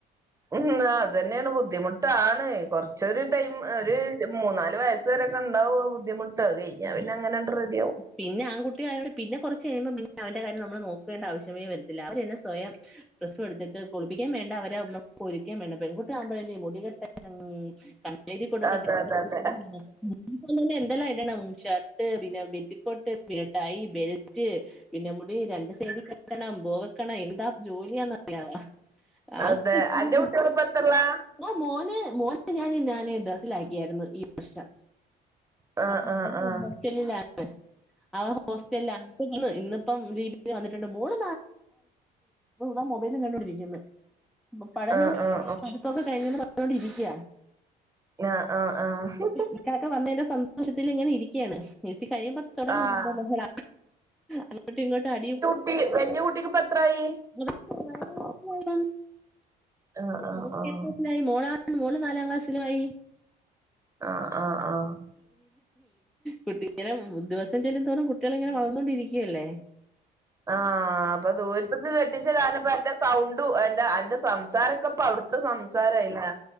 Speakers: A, on the right (about 20°); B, in the centre.
A: ഉം അത് തന്നെയാണ് ബുദ്ധിമുട്ടാണ് കൊറച്ചരു ടൈം ഒരു മൂന്നാല് വയസ് കൊർച്ചെടൊക്കെ ഉണ്ടാവോ ബുദ്ധിമുട്ട് അത് കഴിഞ്ഞാ
B: ആഹ്
A: പിന്നെ അങ്ങനെണ്ട് റെഡിയാവും
B: പിന്നെ ആൺകുട്ടിയായോടെ പിന്നെ കൊറച്ച് കഴിയുമ്പോ അവന്റെ കാര്യം നമ്മൾ നോക്കേണ്ട ആവശ്യമേ വരത്തില്ല അവര് തന്നെ സ്വയം ഡ്രസ്സ്‌ എടുത്തിട്ട് കുളിപ്പിക്കാൻ വേണ്ട അവരെ അവക്കാൻ വേണ്ട പെൺകുട്ടിയാമ്പോ മുടികെട്ട ക എഴുതി കൊടുക്ക
A: അതെ
B: <unintelligible>
A: അതെ അതെ
B: എന്തല്ല ണം ഷർട്ട് പിന്നെ പെറ്റിക്കോട്ട് പിന്നെ ടൈ ബെൽറ്റ് പിന്നെ മുടി രണ്ട് സൈഡ് ണം പോക്കണം എന്താ ജോലിയാന്നറിയാവാ ആഹ്
A: അതെ അന്റെ കുട്ടികളിപ്പോ എത്രയിലാ
B: ആ മോനെ മോനെ ഞാൻ ന്നാനെ ദർസിലാക്കിയായിരുന്നു ഈ പ്രശ്നം
A: ആഹ്
B: അപ്പൊ
A: ആഹ്
B: അവര്
A: ആഹ്
B: ഹോസ്റ്റലിലാക്കി അവൻ ഹോസ്റ്റലിലാ ഇന്ന് ഇന്നിപ്പം ലീവിന് വന്നിട്ടുണ്ട് മോള് താ മൊബൈലും കണ്ടോണ്ടി രിക്കുന്നത് പടഞ്ഞൂർ
A: ആഹ് ആഹ് ആഹ് ആഹ്
B: പടുപ്പൊക്കെ കഴിഞ്ഞ് പറഞ്ഞോണ്ടിരിക്കയാ
A: ആഹ് ആഹ് ആഹ്
B: ഇക്കാക്ക വന്നതിന്റെ സന്തോഷത്തില് ഇങ്ങനെ ഇരിക്കുകയാണ് എത്തി കഴിയുമ്പം തുടങ്ങ
A: ആഹ്
B: ലഹള അങ്ങോട്ടും ഇങ്ങോട്ടും അടി
A: <unintelligible> വല്യ കുട്ടിക്ക് എത്രായി
B: <unintelligible>
A: ആഹ് ആഹ് ആഹ്
B: മോളാ മോള് നാലാം ക്ലാസ്സിലയി
A: ആഹ് ആഹ് ആഹ്
B: കുട്ടിങ്ങനെ ദിവസം ചെല്ലും തോറും കുട്ടികള് ഇങ്ങനെ വളർന്നോണ്ടിരിക്കുവല്ലേ
A: ആഹ് അപ്പൊ ദൂരത്ത്ക്ക് കെട്ടിച്ച് കാനപ്പ അന്റെ സൗണ്ടും എന്റെ അന്റെ സംസാര ക്കെപ്പ അവുട്ത്തെ സംസാരയില്ലെ?